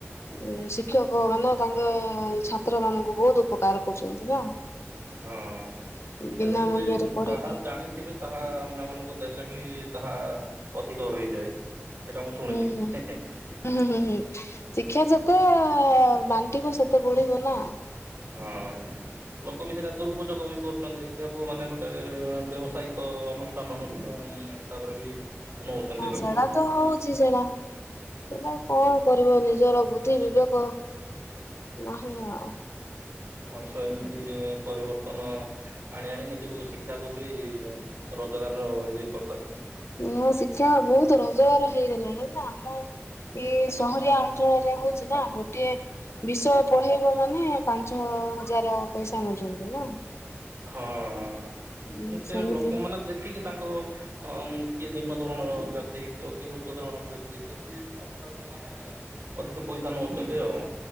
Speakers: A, on the left (about 65°); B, on the right (about 60°).
A: ଉ ଶିକ୍ଷକ ମାନେ ତାଙ୍କେ ଛାତ୍ର ମାନଙ୍କୁ ବହୁତ ଉପକାର କରୁଛନ୍ତି ନା।
B: ହଁ ନା
A: ବିନା
B: ସେମିତି
A: ମୂଲ୍ୟରେ ପଢେଇକି
B: ଯାହା ଜାଣିଥିବେ ତାହା ଅନ୍ୟମାନଙ୍କୁ ଦେଲେ ବି ତାହା ଅଧିକ ହୋଇଯାଏ। ଏଇଟା ମୁଁ ଶୁଣିଥିଲି
A: ହୁଁ
B: ହେଁ ହେଁ
A: ହୁଁ ହୁଁ ହୁଁ ଶିକ୍ଷା ଯେତେ ବାଣ୍ଟିବ ସେତେ ବଢ଼ିବ ନା।
B: ହଁ ଲୋକ ବି ସେଇଟା ଦୁରୁପଯୋଗ ବି କରୁଛନ୍ତି ଶିକ୍ଷାକୁ ମାନେ ଗୋଟେ ବ ବ୍ୟବସାୟିକ ଅନୁଷ୍ଠାନ ମଧ୍ୟ ତା ପରେ ବି ନଉଛନ୍ତି
A: ହଁ
B: ଲୋକ
A: ସେଡ଼ା ତ ହୋଉଛି ସେଟା ସେଇଟା କଣ କରିବ ନିଜର ବୁଦ୍ଧି ବିବେକ ନାହିଁ ଆ
B: ମଣିଷ ଏମିତି ପରିବର୍ତ୍ତନ ଆଣି ଆଣି ନିଜକୁ ଶିକ୍ଷା କୁ ବି ରୋଜଗାର ର ଇଏ କରିଦେଲାଣି।
A: ମୁଁ ଶିକ୍ଷା ବହୁତ ରୋଜଗାର ହେଇଗଲାଣି ନା ଆମ ଏଇ ସହରିଆ ଅଞ୍ଚଳରେ ହଉଛି ନା ଗୋଟେ ବିଷ ପଢ଼େଇବ ମାନେ ପାଞ୍ଚ ହଜାର ପଇସା ନୋଉଛନ୍ତି ନା।
B: ହଁ ହଁ
A: ଉଁ
B: ସେ
A: ସେମିତି
B: ଲୋକମାନେ ଦେଖିକି ତାଙ୍କ ଅଁ କିଏ ନିମ୍ନ ଧୋରଣର ବ୍ୟକ୍ତି ହେଇତିବ କି ଉଚ୍ଚ ଧରଣର ବ୍ୟକ୍ତି ହେଇଥିବ କିଏ ଆମେ ତାକୁ କ୍ଷମା ଅଧିକ ପଇସା ନଉଛନ୍ତି ଆଉ।